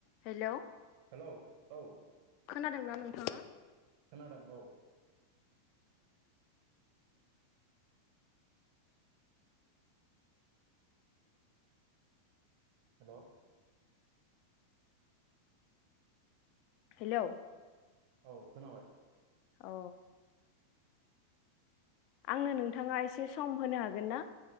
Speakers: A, on the left (about 45°); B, on the right (about 50°).
A: Hello
B: hello औ
A: खोनादोंना नोंथाङा
B: खोनादों औ हेल'
A: हेलौ
B: औ खोनाबाय
A: अ आंनो नोंथाङा एसे सम होनो हागोन ना